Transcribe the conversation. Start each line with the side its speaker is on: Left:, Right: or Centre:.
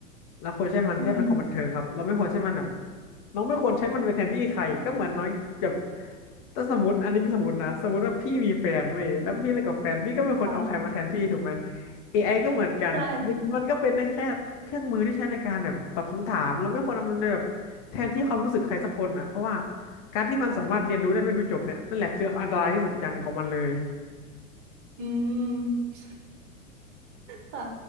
Left: เราควรใช้มันแค่เป็นความบันเทิงครับเราไม่ควรใช้มันแบบ
Right: อืม
Left: น้องไม่ควรใช้มันไปแทนที่ใครก็เหมือนน้องแบบถ้าสมมติอันนี้เป็นสมมตินะสมมติว่าพี่มีแฟนเว้ยแล้วพี่เลิกกับแฟนพี่ก็ไม่ควรเอาใครมาแทนที่ถูกไหม
Right: ค่ะ
Left: AI ก็เหมือนกันมันมันก็เป็นได้แค่เครื่องมือที่ใช้ในการแบบตอบคำถามเราไม่ควรเอามันไปแบบแทนที่ความรู้สึกใครสักคนน่ะเพราะว่า
Right: ใช่
Left: การที่มันสามารถเรียนรู้ได้ไม่รู้จบเนี่ยนั่นแหละคืออันตรายที่สุดอย่างหนึ่งของมันเลย
Right: อืม ค่ะ